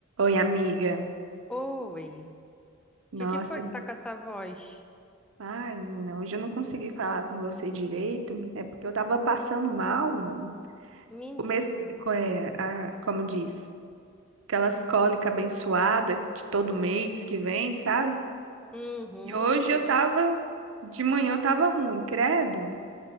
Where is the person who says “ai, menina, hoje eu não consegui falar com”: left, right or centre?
Right